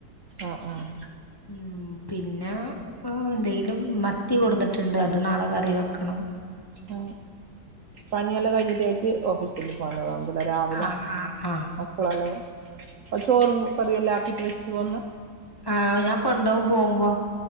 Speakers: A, on the right; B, on the left.
A: ആഹ് ആഹ്
B: ഉം പിന്നെ ഉം ഡെയ്ലും മത്തി കൊട്ന്നിട്ട്ണ്ട് അത് അത് നാളെ കറി വെക്കണം
A: ആ പണിയെല്ലാം കഴിഞ്ഞിട്ടേറ്റ് ഓഫീസ് പിന്നെ പോന്നതാവും ലെ രാവ് ലെ
B: ആഹ് ആഹ് ആഹ്
A: ഉം കുളവല്ലോ ആ ചോറും കറിയെല്ലാം ആക്കിറ്റ് വെച്ച് പോന്ന
B: ആ അത് ഞാൻ കൊണ്ടോകും പോവുമ്പോ